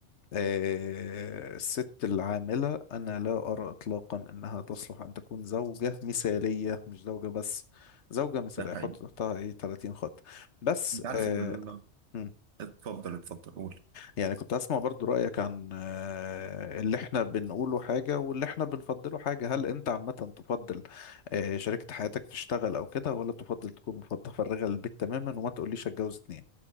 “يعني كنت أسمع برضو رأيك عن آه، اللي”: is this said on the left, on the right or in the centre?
Left